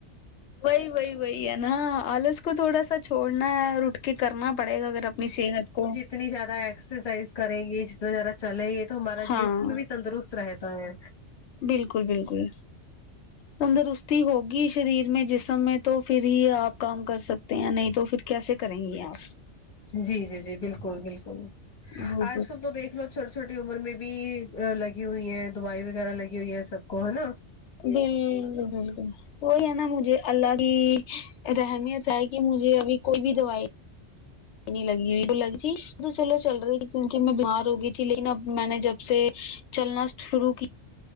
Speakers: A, on the left; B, on the left.
A: وہی وہی وہی ہے نا آلس کو تھوڑا سا چھڑنا ہے اور اٹھ کے کرنا پڑے گا اگر اپنی صحت کو
B: اتنی زیادہ ایکسرسائز کریں گے جتنا زیادہ چلیں گے تو ہمارا
A: ہاں
B: جسم بھی تندرست رہتا ہے
A: بالکل بالکل تندرستی ہوگی شریر میں جسم میں تو پھر ہی آپ کام کر سکتے ہیں نہیں تو پھر کیسے کریں گی آپ
B: جی جی جی بالکل بالکل
A: جی
B: آج کل تو دیکھ لو چھوٹی چھوٹی عمر میں بھی لگی ہوئی ہے دوائی وغیرہ لگی ہوئی ہے سب کو ہے نا
A: بالکل بالکل وہی ہے نا مجھے اللہ کی رحمیت ہے کی مجھے ابھی کوئی بھی دوائی نہیں لگی ہوئی تو لگی تھی تو چلو چل رہی تھی کیونکہ میں بیمار ہو گئی تھی لیکن اب میں نے جب سے چلنا شروع کیا